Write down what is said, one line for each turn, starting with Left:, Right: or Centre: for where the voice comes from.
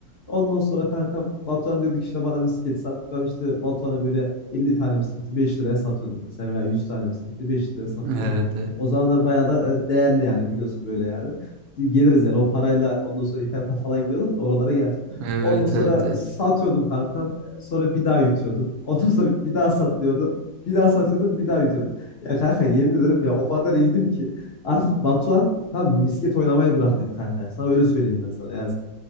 Left: Ondan sonra kankam Batuhan diyorduk işte bana misket sat. Ben işte Batuhan'a böyle 50 tane misketi 5 liraya satıyordum mesela veya 100 tane misketi 5 liraya satıyordum.
Right: Evet evet.
Left: O zamanlar bayağı da e, değerli yani biliyorsun böyle yani geliriz yani o parayla ondan sonra internete falan gidiyorduk da oralara geleceğim.
Right: Evet
Left: Ondan sonra
Right: evet. evet.
Left: satıyordum kankam. Sonra bir daha yutuyordum. <laughs> Ondan sonra bir daha satıyordum. Bir daha satıyordum, bir daha yutuyordum. Ya kanka yemin ederim ya o kadar iyiydim ki artık Batuhan tam misket oynamayı bıraktıydı kanka. ya. Sana öyle söyleyeyim ben sana. Ya,